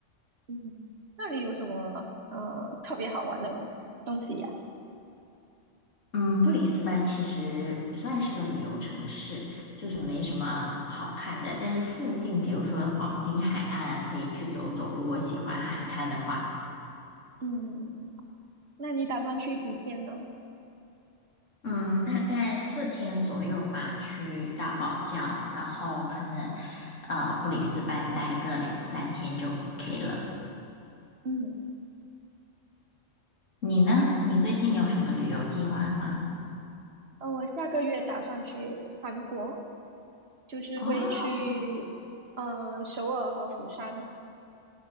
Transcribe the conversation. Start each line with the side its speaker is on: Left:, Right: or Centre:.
Right: 嗯，那里有什么呃特别好玩的东西呀、
Left: 嗯，布里斯班其实不算是个旅游城市，就是没什么好看的，但是附近比如说黄金海岸可以去走走，如果喜欢海滩的话。
Right: 嗯，那你打算去几天呢？
Left: 嗯，大概四天左右吧，去大堡礁，然后可能呃布里斯班待个两三天就 OK 了。
Right: 嗯，
Left: 你呢？
Right: 诶，
Left: 你最近有什么旅游计划吗？
Right: 呃，我下个月打算去韩国。就是会去呃首尔和釜山。
Left: 哦，